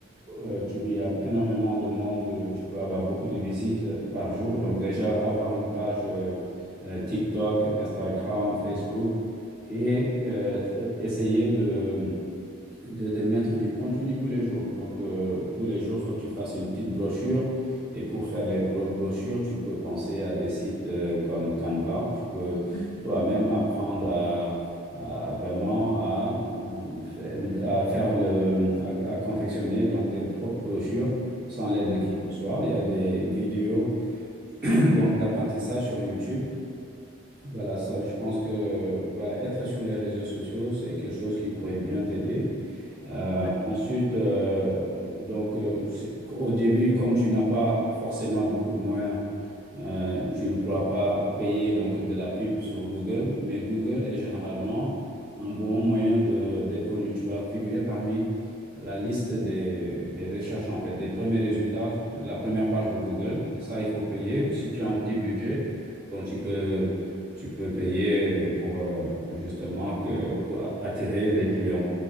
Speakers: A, on the right; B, on the left.
A: euh, tu- il y a énormément de monde, euh, tu peux avoir beaucoup de visites euh, par jour. Donc déjà, avoir une page euh, euh, TikTok, Instagram, Facebook et euh, tr- essayer de de, de mettre du contenu tous les jours. Donc, euh, tous les jours, il faut que tu fasses une petite brochure. Et pour faire les bro- brochures, tu peux penser à des sites euh, comme Canva. Tu peux
B: Mhm.
A: toi-même apprendre à, à vraiment à, euh, à faire le, à, à confectionner donc tes propres brochures sans l'aide de
B: Mhm.
A: qui que ce soit. Il y a des vidéos <coughs> <clears throat> donc d'apprentissage sur YouTube. Voilà, ça, je pense que voilà, être sur les réseaux sociaux, c'est quelque chose qui pourrait bien t'aider. Euh,
B: Oui.
A: ensuite, euh, donc, euh, c'est- au début, comme tu n'as pas forcément beaucoup de moyens, euh, tu ne pourras pas payer donc de la pub sur Google, mais Google est généralement un bon moyen de d'être connu. Tu vas figurer parmi la liste des, des recherches, en fait, des premiers résultats, de la première page de Google. Et ça, il faut payer. Si tu as un petit budget, bon, tu peux, tu peux payer pour euh, justement que, pour attirer les clients.